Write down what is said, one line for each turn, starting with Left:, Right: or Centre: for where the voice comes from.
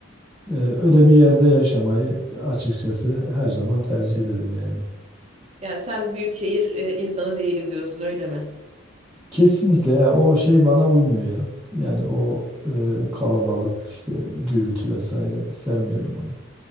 Centre: Ee, öyle bir yerde yaşamayı açıkçası her zaman tercih ederim yani.
Right: Yani sen büyük şehir e, insanı değilim diyorsun öyle mi?
Centre: Kesinlikle ya o şey bana uymuyor ya. Yani o e, kalabalık işte gürültü vesaire sevmiyorum onu.